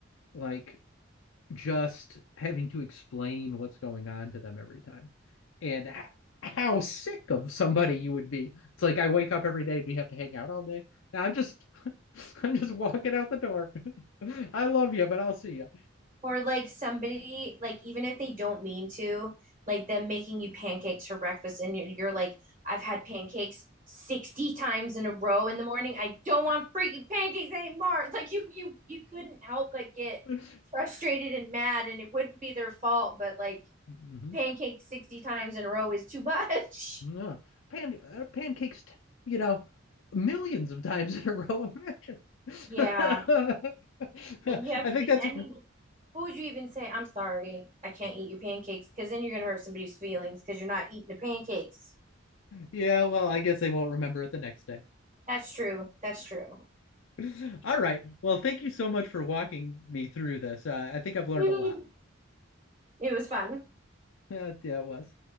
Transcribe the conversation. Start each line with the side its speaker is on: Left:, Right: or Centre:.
Left: like just having to explain what's going on to them every time, and h- how sick of somebody you would be. It's like I wake up every day and we have to hang out all day. Now I'm just <laughs> I'm just walking out the door. <laughs> I love you, but I'll see you.
Right: Or like somebody, like even if they don't mean to, like them making you pancakes for breakfast and you're, you're like, I've had pancakes 60 times in a row in the morning. I don't want freaking pancakes anymore. <laughs> Like you you you couldn't help but get
Left: <laughs>
Right: frustrated
Left: <laughs>
Right: and mad and it wouldn't be their fault, but like
Left: hmm
Right: pancakes 60 times in a row is too much.
Left: No. Pan uh, pancakes, t- you know, millions of times in a row. Imagine. <laughs>
Right: <laughs> Yeah.
Left: I think
Right: And you have to be,
Left: that's
Right: I mean, what would you even say? I'm sorry, I can't eat your pancakes because then you're going to hurt somebody's feelings because you're not eating the pancakes.
Left: yeah, well, I guess they won't remember it the next day.
Right: That's true. That's true.
Left: <laughs> All right. Well, thank you so much for walking me through this. Uh, I think I've learned
Right: <laughs>
Left: a lot. <laughs>
Right: It was fun.
Left: Uh, yeah, it was.